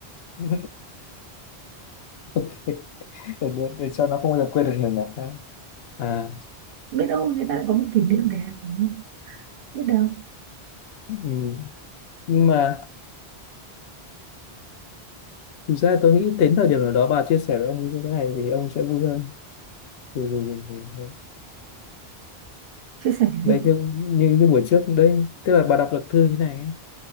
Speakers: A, on the left; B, on the right.
A: <laughs> ok để, để, để cho nó không bao giờ quên được mình à Đấy. À,
B: biết đâu người ta lại có một kỷ niệm đẹp đúng không? biết đâu
A: ừ. Nhưng mà thực ra tôi nghĩ đến thời điểm nào đó bà chia sẻ với ông cái này thì ông sẽ vui hơn. Vì, vì, vì, vì
B: chia sẻ cái
A: đấy
B: gì
A: như, như như buổi trước đấy tức là bà đọc luật thư như này ấy.